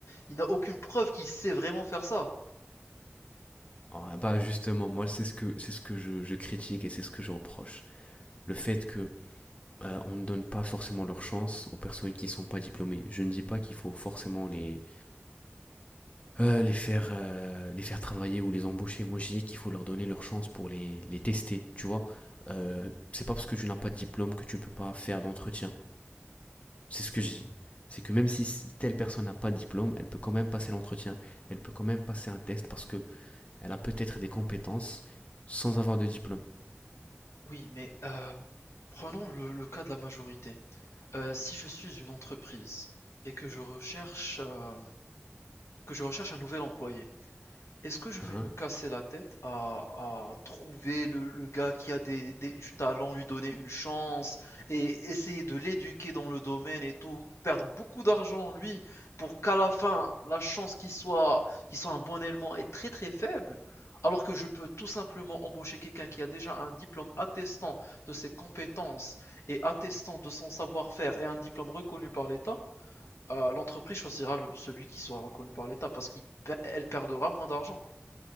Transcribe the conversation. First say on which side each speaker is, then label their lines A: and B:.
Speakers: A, on the left; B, on the left.
A: il n'a aucune preuve qu'il sait vraiment faire ça.
B: Ah, bah justement, moi c'est ce que c'est ce que je, je critique et c'est ce que je reproche. Le fait que euh, on ne donne pas forcément leur chance aux personnes qui ne sont pas diplômées. Je ne dis pas qu'il faut forcément les, euh, les, faire, euh, les faire travailler ou les embaucher. Moi, je dis qu'il faut leur donner leur chance pour les, les tester, tu vois. Euh, c'est pas parce que tu n'as pas de diplôme que tu ne peux pas faire d'entretien. C'est ce que je dis. C'est que même si telle personne n'a pas de diplôme, elle peut quand même passer l'entretien, elle peut quand même passer un test parce que elle a peut-être des compétences sans avoir de diplôme.
A: Oui, mais euh, prenons le, le cas de la majorité. Euh, si je suis une entreprise et que je recherche, euh, que je recherche un nouvel employé, est-ce que je
B: Hein
A: vais me casser la tête à, à trouver le, le gars qui a des- des- du talent, lui donner une chance et essayer de l'éduquer dans le domaine et tout, perdre beaucoup d'argent lui pour qu'à la fin la chance qu'il soit, qu'il soit un bon élément est très très faible, alors que je peux tout simplement embaucher quelqu'un qui a déjà un diplôme attestant de ses compétences et attestant de son savoir-faire et un diplôme reconnu par l'État, euh, l'entreprise choisira le- celui qui sera reconnu par l'État parce qu'elle perdra moins d'argent.